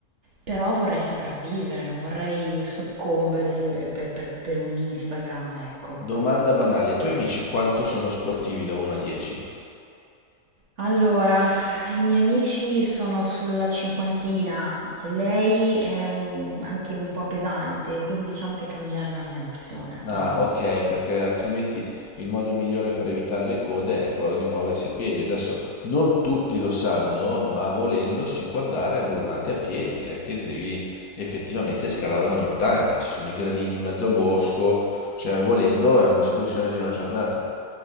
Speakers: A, on the right; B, on the left.
A: Però vorrei sopravvivere, non vorrei soccombere eh, per, per per un Instagram, ecco.
B: Domanda banale, i tuoi amici quanto sono sportivi da 1 a 10?
A: Allora, i miei amici sono sulla cinquantina e lei è un- anche un po' pesante, quindi diciamo che camminare non è un'opzione.
B: Ah,
A: No, no, no.
B: ok, perché altrimenti il modo migliore per evitare le code è quello di muoversi a piedi. Adesso non tutti lo sanno, ma volendo si può andare a Brunate a piedi, è che devi effettivamente scalare una montagna. Ci sono i gradini in mezzo a bosco, cioè volendo è un'escursione di una giornata.